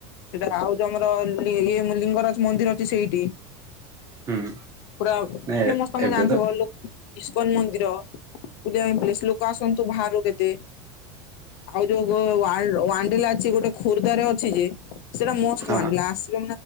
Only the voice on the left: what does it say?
ସେଟା ଆଉ ଯୋଉ ଆମର ଇଏ ଲିଙ୍ଗରାଜ ମନ୍ଦିର ଅଛି ସେଇଠି
ପୁରା
ଫେମସ୍ ତମେ
ଜାଣିଥିବ
ଇସ୍କନ୍ ମନ୍ଦିର ବୁଲିବା ପାଇଁ ପ୍ଲେସ୍ ଲୋକ ଆସନ୍ତୁ ବାହାରୁ କେତେ। ଆଉ ଯୋଉ ୱ ୱଡିଲା ଅଛି ଗୋଟେ ଖୋର୍ଦ୍ଧରେ ଅଛି ଯେ ସେଇଟା ମସ୍ତ
ୱଡିଲା ଆସିବ